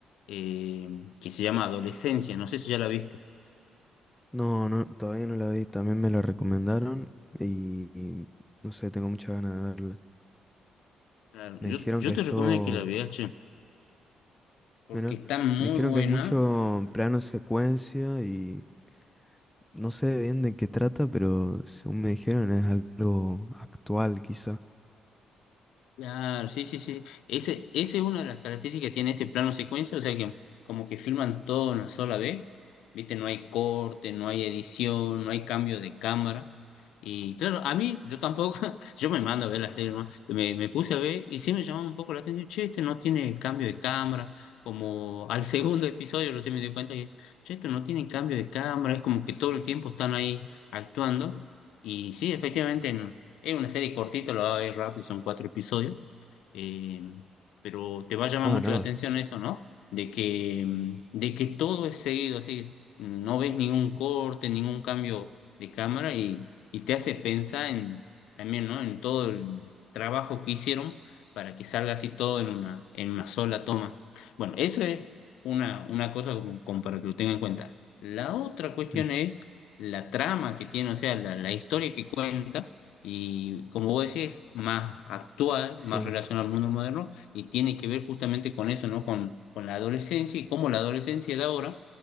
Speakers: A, on the left; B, in the centre.
A: eh, que se llama Adolescencia. No sé si ya la viste.
B: No, no, todavía no la vi, también me la recomendaron y, y no sé, tengo muchas ganas de verla.
A: Claro,
B: Me
A: yo,
B: dijeron
A: yo
B: que
A: te
B: esto,
A: recomiendo que la veas, che, porque
B: bueno,
A: está muy
B: me dijeron
A: buena
B: que es mucho plano secuencia y no sé bien de qué trata, pero según me dijeron es algo actual quizás.
A: Claro, sí, sí, sí. Ese, ese es una de las características que tiene ese plano secuencia, o sea que como que filman todo en una sola vez, ¿viste? No hay corte, no hay edición, no hay cambio de cámara. Y claro, a mí, yo tampoco, <laughs> yo me mando a ver la serie, ¿no? Me, me puse a ver y sí me llamaba un poco la atención, che, este no tiene cambio de cámara, como al <laughs> segundo episodio recién me di cuenta que, che, este no tiene cambio de cámara, es como que todo el tiempo están ahí actuando. Y sí, efectivamente, es una serie cortita, lo va a ver rápido, son cuatro episodios, eh, pero te va a llamar
B: Ah,
A: mucho
B: nada.
A: la atención eso, ¿no? De que, mm, de que todo es seguido, así, mm, no ves ningún corte, ningún cambio de cámara y, y te hace pensar en, también, ¿no? En todo el trabajo que hicieron para que salga así todo en una, en una sola toma. Bueno, eso es una, una cosa como, como para que lo tengan en cuenta. La otra cuestión
B: Mm,
A: es la trama que tiene, o sea, la la historia que cuenta y como vos decís, más actual,
B: Sí,
A: más relacionado al mundo moderno, y tiene que ver justamente con eso, ¿no? Con, con la adolescencia y cómo la adolescencia de ahora,